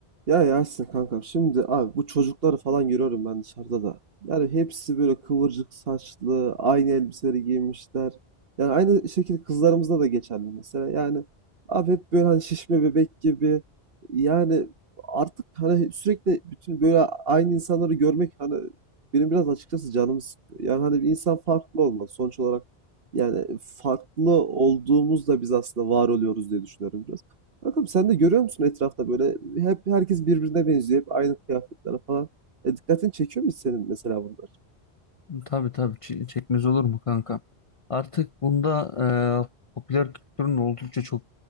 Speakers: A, on the right (about 65°); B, on the left (about 45°).
A: Ya Yasin kankam şimdi abi bu çocukları falan görüyorum ben dışarıda da. Yani hepsi böyle kıvırcık saçlı, aynı elbiseleri giymişler. Yani aynı şekilde kızlarımızda da geçerli mesela. Yani abi hep böyle hani şişme bebek gibi. Yani artık hani sürekli bütün böyle aynı insanları görmek hani benim biraz açıkçası canımı sıkıyor. Yani hani bir insan farklı olmalı sonuç olarak. Yani farklı olduğumuzda biz aslında var oluyoruz diye düşünüyorum biraz. Bakalım sen de görüyor musun etrafta böyle hep herkes birbirine benziyor. Hep aynı kıyafetler falan. E, dikkatini çekiyor mu senin mesela bunlar?
B: Tabii tabii Ç- çekmez olur mu kanka? Artık bunda e, popüler kültürün oldukça çok